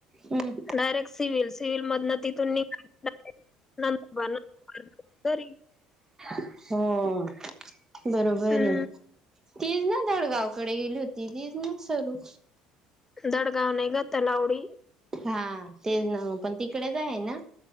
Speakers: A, on the right (about 20°); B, on the left (about 15°).
A: हम्म
B: डायरेक्ट सिव्हिल सिव्हिल मधून तिथून निघाय <unintelligible> बनतरी <inaudible>
A: हो बरोबर
B: हम्म
A: आहे. तीच ना दडगावकडे गेली होती तीच ना सरू?
B: दडगाव नाही ग तलावडी.
A: हा तेच ना पण तिकडेच आहे ना.